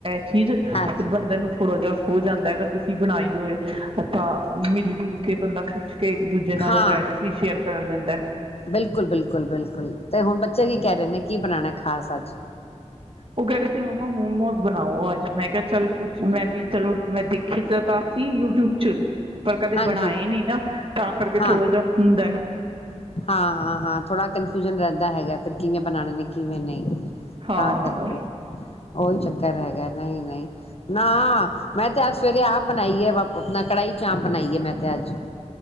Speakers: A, on the right; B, on the left.
A: ਠੀਜ਼
B: ਹਾਂਜੀ।
A: ਫ ਬੰਦੇ ਨੂੰ ਥੋੜਾ ਜਹਾ ਹੋ ਜਾਂਦਾ ਅਰ ਤੁਸੀਂ ਬਣਾਈ ਹੋਏਥ ਮਿਲ ਜੁਲ ਕੇ ਬੰਦਾ ਕੇ ਇੱਕ ਦੂਜੇ ਨਾਲ
B: ਹਾਂ
A: ਰੈਸਪੀ ਸ਼ੇਅਰ ਕਰ ਲੈਂਦਾ
B: ਬਿਲਕੁਲ ਬਿਲਕੁਲ ਬਿਲਕੁਲ ਤੇ ਹੁਣ ਬੱਚਾ ਕੀ ਕਹਿ ਰਹੇ ਨੇ ਕੀ ਬਣਾਉਣਾ ਖਾਸ ਅੱਜ
A: ਉਹ ਕਹਿ ਰਹੇ ਸੀ ਮਾਮਾ ਮੋਮੋਸ ਬਣਾਓ ਅੱਜ ਮੈਂ ਕਿਹਾ ਚੱਲ ਪੁੱਛ ਮੈਂ ਵੀ ਚਲੋ ਮੈਂ ਦੇਖਿਆ ਤਾਂ ਸੀ ਯੂਟਿਊਬ ਚ ਪਰ ਕਦੇ
B: ਹਾਂਜੀ
A: ਬਣਾਏ ਨੀ ਨਾ ਤਾਂ ਕਰਕੇ
B: ਹਾਂ
A: ਥੋੜਾ ਜਿਹਾ ਹੁੰਦਾ
B: ਹਾਂ ਹਾਂ ਹਾਂ ਥੋੜ੍ਹਾ ਕੰਨਫਿਊਜਨ ਰਹਿੰਦਾ ਹੈਗਾ ਫ ਕਿਵੇਂ ਬਣਾਉਣੇ ਨੇ ਕਿਵੇਂ ਨਹੀਂ
A: ਹਾਂ
B: ਤਾਂ ਕਰਕੇ ਉਹੀ ਚੱਕ ਘਰ ਹੈਗਾ ਨਹੀਂ ਨਹੀਂ ਨਾ ਮੈਂ ਤੇ ਸਵੇਰੇ ਆਪ ਬਣਾਈਏ ਆਪਣਾ ਕੜਾਾਈ ਚਾਂਪ ਬਣਾਈਏ ਮੈਂ ਤੇ ਅੱਜ